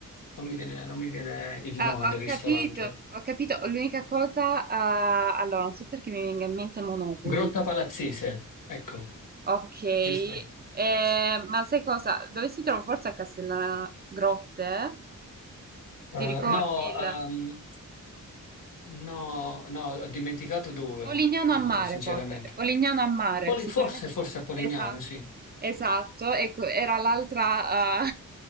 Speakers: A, on the left; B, on the right.
A: non mi viene, non mi viene il
B: ah,
A: nome del
B: ho capito,
A: ristorante.
B: ho capito. L'unica cosa, ah, allora, non so perché mi venga in mente Monopoli.
A: Grotta Palazzese, ecco,
B: Ok,
A: giusto.
B: eh, ma sai cosa? Dove si trova? Forse a Castellana Grotte?
A: Eh,
B: Ti ricordi
A: no,
B: il...
A: ehm, no, no, ho dimenticato dove,
B: Polignano
A: eh,
B: a mare,
A: sinceramente.
B: forse. Polignano a mare,
A: Poli-
B: sicuramente.
A: forse, forse a Polignano,
B: Esatto,
A: sì.
B: esatto. Ecco, era l'altra